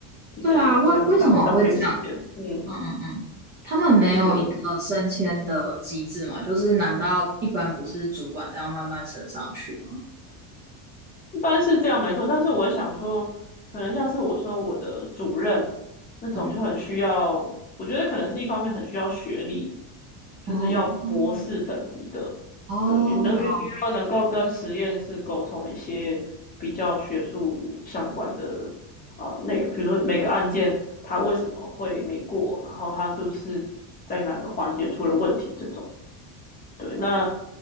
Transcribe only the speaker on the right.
对啊，为为什么会这样？
嗯嗯嗯，他们没有一个升迁的机制嘛？
就是难道一般不是主管这样慢慢升上去吗？
嗯，
哦嗯哦，
懂，